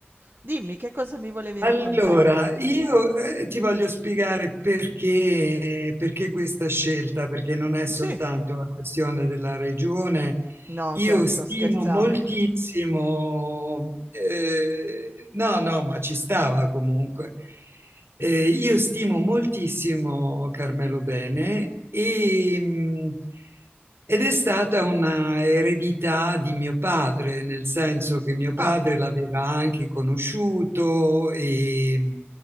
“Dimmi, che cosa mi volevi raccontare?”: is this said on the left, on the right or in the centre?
Right